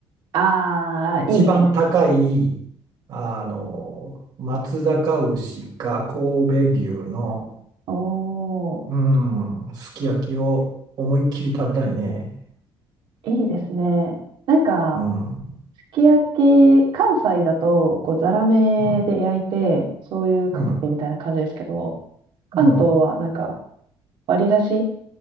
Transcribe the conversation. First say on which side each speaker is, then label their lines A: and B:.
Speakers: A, on the right; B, on the right.
A: ああ、
B: 一番高い、
A: いいですね。
B: あの、松阪牛か神戸牛の、
A: おー、
B: うん、すき焼きを思いっきり食べたいね。
A: いいですね。なんか、
B: うん、う
A: すき焼き、関西だと、こう、ざらめで焼いて、
B: ん、
A: 醤油かけてみたいな感じですけど、
B: うん、
A: 関東はなんか、
B: うん、
A: 割り出し